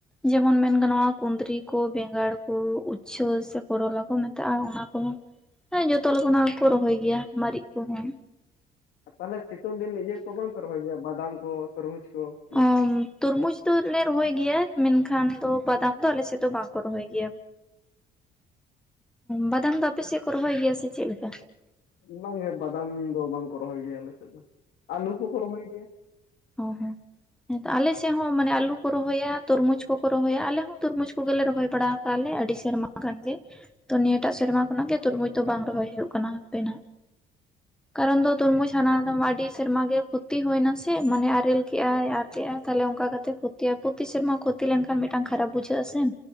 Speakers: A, in the centre; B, on the left.
A: ᱡᱮᱢᱚᱱ ᱢᱮᱱ ᱜᱟᱱᱚᱜᱼᱟ ᱠᱩᱸᱫᱽᱨᱤ ᱠᱚ, ᱵᱮᱸᱜᱟᱲ ᱠᱚ, ᱩᱪᱷᱟᱹ ᱥᱮ ᱠᱚᱨᱚᱞᱟ ᱠᱚ ᱢᱮᱛᱟᱜᱼᱟ ᱚᱱᱟ ᱠᱚ ᱦᱚᱸ ᱦᱮᱸ ᱡᱚᱛᱚ ᱞᱮᱠᱟᱱᱟᱜ ᱜᱮᱠᱚ ᱨᱚᱦᱚᱭ ᱜᱮᱭᱟ ᱢᱟᱨᱤᱡ ᱠᱚ ᱦᱚᱸ᱾
B: ᱛᱟᱦᱞᱮ ᱥᱤᱛᱩᱝ ᱫᱤᱱ ᱤᱭᱟᱹ ᱠᱚ ᱵᱟᱝ ᱯᱮ ᱨᱚᱦᱚᱭ ᱜᱮᱭᱟ ᱵᱟᱫᱟᱢ ᱠᱚ ᱛᱩᱨᱢᱩᱡᱽ ᱠᱚ᱾ ᱚᱱᱟ
A: ᱚᱢ᱾ ᱛᱚᱨᱢᱩᱡᱽ ᱫᱚ ᱞᱮ ᱨᱚᱦᱚᱭ ᱜᱮᱭᱟ ᱢᱮᱱᱠᱷᱟᱱ ᱫᱚ ᱵᱟᱫᱟᱢ ᱫᱚ ᱟᱞᱮ ᱥᱮᱫ ᱫᱚ ᱵᱟᱝ ᱠᱚ ᱨᱚᱦᱚᱭ ᱜᱮᱭᱟ᱾ ᱵᱟᱫᱟᱢ ᱫᱚ ᱟᱯᱮ ᱥᱮᱫ ᱠᱚ ᱨᱚᱦᱚᱭ ᱜᱮᱭᱟ ᱥᱮ ᱪᱮᱫ ᱞᱮᱠᱟ?
B: ᱵᱟᱝ ᱜᱮ ᱵᱟᱫᱟᱢ ᱫᱚ ᱵᱟᱝ ᱠᱚ ᱨᱚᱦᱚᱭ ᱜᱮᱭᱟ ᱟᱞᱮ ᱥᱮᱫ ᱫᱚ᱾ ᱟᱹᱞᱩ ᱠᱚ ᱠᱚ ᱨᱚᱦᱚᱭ ᱜᱮᱭᱟ᱾
A: ᱚ ᱦᱮᱸ᱾ ᱦᱮᱸ ᱛᱚ᱾ ᱟᱞᱮ ᱥᱮᱫ ᱦᱚᱸ ᱢᱟᱱᱮ ᱟᱞᱩ ᱠᱚ ᱨᱚᱦᱚᱭᱟ, ᱛᱚᱨᱢᱩᱡᱽ ᱠᱚ ᱠᱚ ᱨᱚᱦᱚᱭᱟ ᱟᱞᱮ ᱦᱚᱸ ᱛᱚᱨᱢᱩᱡᱽ ᱠᱚ ᱜᱮᱞᱮ ᱨᱚᱦᱚᱭ ᱵᱟᱲᱟ ᱛᱟᱞᱮ ᱟᱹᱰᱤ ᱥᱮᱨᱢᱟ ᱠᱷᱟᱱ ᱜᱮ᱾ ᱛᱚ ᱱᱤᱭᱟᱹ ᱴᱟᱜ ᱥᱮᱨᱢᱟ ᱠᱷᱚᱱᱟᱜ ᱜᱮ ᱛᱩᱨᱢᱩᱡᱽ ᱫᱚ ᱵᱟᱝ ᱨᱚᱦᱚᱭ ᱦᱩᱭᱩᱜ ᱠᱟᱱᱟ ᱦᱟᱯᱮ ᱱᱟᱦᱜ᱾ ᱠᱟᱨᱚᱱ ᱫᱚ ᱛᱩᱨᱢᱩᱡᱽ ᱦᱟᱱᱟ ᱫᱚᱢ ᱟᱹᱰᱤ ᱥᱮᱨᱢᱟ ᱜᱮ ᱠᱷᱚᱛᱤ ᱦᱩᱭᱱᱟ ᱥᱮ ᱢᱟᱱᱮ ᱟᱨᱮᱞ ᱠᱮᱜ ᱟᱭ ᱟᱨ ᱠᱮᱜ ᱟᱭ᱾ ᱛᱟᱦᱞᱮ ᱚᱱᱠᱟ ᱠᱟᱛᱮ ᱠᱷᱚᱛᱤᱜᱼᱟ᱾ ᱯᱨᱚᱛᱤ ᱥᱮᱨᱢᱟ ᱠᱷᱚᱛᱤ ᱞᱮᱱ ᱠᱷᱟᱱ ᱢᱤᱫ ᱴᱟᱝ ᱠᱷᱟᱨᱟᱯ ᱵᱩᱡᱷᱟᱹᱜᱼᱟ ᱥᱮ᱾